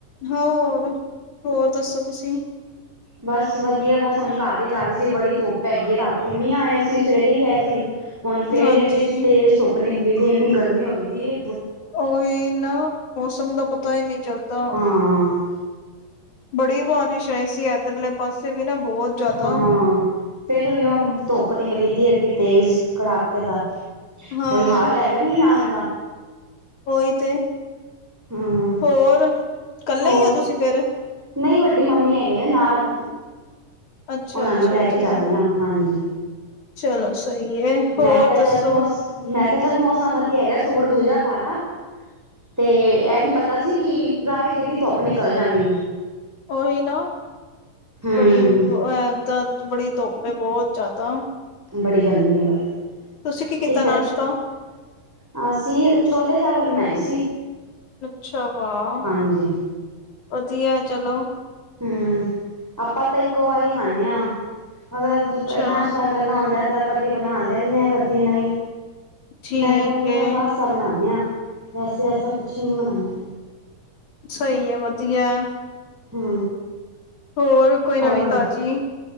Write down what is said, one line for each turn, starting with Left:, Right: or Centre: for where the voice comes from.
Left: ਹੋਰ ਹੋਰ ਦੱਸੋ ਤੁਸੀਂ ।
Centre: ਬਸ ਵਧੀਆ। ਬਸ ਹੁਣ ਘਰ ਹੀ ਜਾ ਰਹੀ ਸੀ। ਬੜੀ ਧੁੱਪ ਹੈਗੀ ਏ। ਰਾਤੀ ਮੀਂਹ ਆਇਆ ਸੀ । ਸਵੇਰੇ ਵੀ ਆਇਆ ਸੀ। ਹੁਣ ਫੇਰ
Left: ਹਾਂਜੀ
Centre: ਐਡੀ ਤੇਜ਼ ਧੁੱਪ ਨਿਕਲੀ । ਇੰਨੀ ਗਰਮੀ ਹੋਈ ਦੀ ਏ।
Left: ਔ ਹੀ ਨਾ, ਮੌਸਮ ਦਾ ਪਤਾ ਹੀ ਨਹੀਂ ਚੱਲਦਾ।
Centre: ਹਾਂ,
Left: ਬੜੀ ਬਾਰਿਸ਼ ਆਈ ਸੀ ਇ ਧਰਲੇ ਪਾਸੇ। ਵੀ ਨਾ ਬਹੁਤ ਜ਼ਿਆਦਾ
Centre: ਹਾਂ, ਫੇਰ ਉਹੀਓ ਧੁੱਪ ਆਪਣੀ ਗਲੀ ਦੀ ਐਡੀ ਤੇਜ਼, ਕੜਾਕੇ ਦਾ
Left: ਹਾਂ
Centre: ਕੋਈ ਹਾਲ ਹੈਗਾ ਮੀਂਹ ਆਣ ਦਾ।
Left: ਉਹੀ ਤੇ।
Centre: ਹੂੰ,
Left: ਹੋਰ? ਕੱਲੇ
Centre: ਹੋਰ
Left: ਹੀ ਓ ਤੁਸੀਂ ਫੇਰ?
Centre: ਨਹੀਂ ਵੱਡੀ ਮੰਮੀ ਹੈਗੇ ਨੇ ਨਾਲ
Left: ਅੱਛਾ
Centre: ਉਹਨਾਂ
Left: ਅੱਛਾ
Centre: ਨੂੰ ਲੈ ਕੇ
Left: ਠੀਕ
Centre: ਜਾ ਰਹੀ ਹਾ, ਹਾਂਜੀ।
Left: ਚਲੋ ਸਹੀ ਹੈ। ਹੋਰ
Centre: ਮੈਂ ਕਿਹਾ
Left: ਦੱਸੋ?
Centre: ਚੱਲ ਮੌਸ ਮੈਂ ਕਿਹਾ ਚੱਲ, ਮੌਸਮ ਵਧੀਆ ਹੈਗਾ। ਸੂਟ ਦੂਜਾ ਪਾ ਲਾ, ਤੇ ਇਹ ਨੀ ਪਤਾ ਸੀ ਕਿ ਰਾਹ ਚ ਏਡੀ ਧੋਪ ਨਿਕਲ ਜਾਣੀ ਏ।
Left: ਉਹੀ ਨਾ,
Centre: ਹੂੰ,
Left: ਬੜੀ ਇ ਏਦਾਂ ਬੜੀ ਧੁੱਪ ਏ, ਬਹੁਤ ਜਾਦਾ।
Centre: ਬੜੀ ਗਰਮੀ ਹੈ ਬਾਈ।
Left: ਤੁਸੀਂ ਕੀ ਕੀਤਾ
Centre: ਕਿੱਥੇ
Left: ਨਾਸ਼ਤਾ
Centre: ਅ ਸੀ ਛੋਲੇ-ਚਾਵਲ ਬਣਾਏ ਸੀ।
Left: ਅੱਛਾ, ਵਾਹ।
Centre: ਹਾਂਜੀ।
Left: ਵਧੀਆ ਚਲੋ।
Centre: ਹੂੰ। ਆਪਾਂ ਤਾਂ ਇੱਕੋ ਵਾਰੀ ਖਾਨੇ ਆ। ਅਗਰ
Left: ਅੱਛਾ
Centre: ਨਾਸ਼ਤਾ ਕਰਨਾ ਹੁੰਦਾ ਤਾਂ ਕਦੀ ਬਣਾ ਲੈਂਨੇ ਆ, ਕਦੀ ਨਹੀਂ।
Left: ਠੀਕ
Centre: ਮੈਕਰੋਨੀ
Left: ਹੈ
Centre: ਯਾ ਪਾਸਤਾ ਬਣਾਨੇ ਆ, ਵੈਸੇ ਐਸਾ ਕੁਛ ਵੀ ਨਹੀਂ ਬਨਾਨੇ।
Left: ਸਹੀ ਹੈ, ਵਧੀਆ।
Centre: ਹੂੰ।
Left: ਹੋਰ ਕੋਈ ਨਵੀਂ
Centre: ਹੋਰ
Left: ਤਾਜ਼ੀ?
Centre: ਦੱਸੋ?